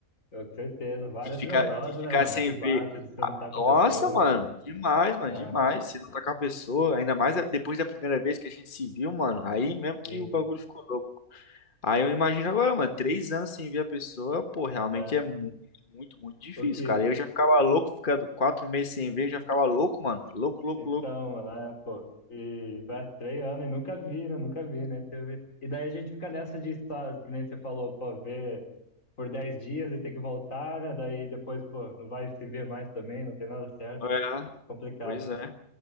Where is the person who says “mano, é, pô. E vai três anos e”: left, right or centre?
Left